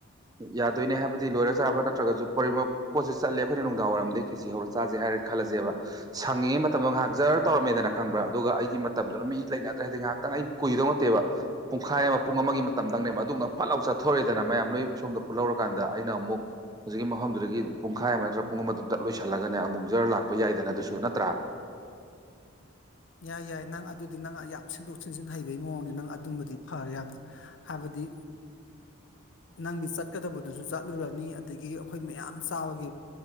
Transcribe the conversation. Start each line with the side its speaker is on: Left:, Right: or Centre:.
Right: ꯌꯥꯗꯣꯏꯅꯦ ꯍꯥꯏꯕꯗꯤ ꯂꯣꯏꯔ ꯆꯥꯕ ꯅꯠꯇ꯭ꯔꯒꯁꯨ ꯄꯣꯔꯤꯃꯛ ꯄꯣꯠꯁꯤ ꯆꯠꯂꯦ ꯑꯩꯈꯣꯏ ꯅꯨꯡꯡꯏꯔꯝꯗꯦꯁꯤ ꯍꯧꯔ ꯆꯥꯁꯦ ꯍꯥꯏꯔꯒ ꯈꯜꯂꯁꯦꯕ ꯁꯪꯉꯤꯉꯩ ꯃꯇꯝꯗꯣ ꯉꯥꯏꯍꯥꯛ ꯖꯔ ꯇꯧꯔꯝꯃꯦꯗꯅ ꯈꯪꯕ꯭ꯔꯥ ꯑꯗꯨꯒ ꯑꯩꯒꯤ ꯃꯇꯝꯗꯨꯅ ꯃꯤ ꯂꯩꯅꯗ꯭ꯔꯦ ꯍꯥꯏꯗꯤ ꯉꯥꯏꯍꯥꯛ ꯈꯤꯇꯪ ꯑꯩ ꯀꯨꯏꯗꯧ ꯅꯠꯇꯦꯕ ꯄꯨꯡꯈꯥꯏ ꯑꯃ ꯄꯨꯡ ꯑꯃꯒꯤ ꯃꯇꯝꯗꯪꯅꯦꯕ ꯑꯗꯨꯒꯗꯪ ꯐꯠ ꯂꯥꯎ ꯆꯠꯊꯣꯔꯦꯗꯅ ꯃꯌꯥꯝ ꯂꯣꯏ ꯁꯣꯝꯗ ꯄꯨꯜꯂꯧꯔꯀꯥꯟꯗ ꯑꯩꯅ ꯑꯃꯨꯛ ꯍꯧꯖꯤꯛꯀꯤ ꯃꯐꯝꯗꯨꯗꯒꯤ ꯄꯨꯡꯈꯥꯏ ꯑꯃ ꯅꯠꯇ꯭ꯔꯒ ꯄꯨꯡ ꯑꯃꯗ ꯇꯠ ꯂꯣꯏꯁꯤꯜꯂꯒꯅꯦ ꯑꯃꯨꯛ ꯖꯔ ꯂꯥꯛꯄ ꯌꯥꯏꯗꯅ ꯑꯗꯨꯁꯨ ꯅꯠꯇ꯭ꯔꯥ
Left: ꯌꯥꯏ ꯌꯥꯏ ꯅꯪ ꯑꯗꯨꯗꯤ ꯅꯪ ꯌꯥꯝ ꯁꯤꯟꯗꯣꯛ ꯁꯤꯟꯖꯤꯟ ꯍꯩꯕꯒꯤ ꯃꯑꯣꯡꯅꯦ ꯅꯪ ꯑꯗꯨꯝꯕꯗꯤ ꯐꯔꯦ ꯌꯥꯝꯅ ꯍꯥꯏꯕꯗꯤ ꯅꯪꯒꯤ ꯆꯠꯀꯗꯕꯗꯨꯁꯨ ꯆꯠꯂꯨꯔꯅꯤ ꯑꯗꯒꯤ ꯑꯩꯈꯣꯏ ꯃꯌꯥꯝ ꯆꯥꯕꯒꯤ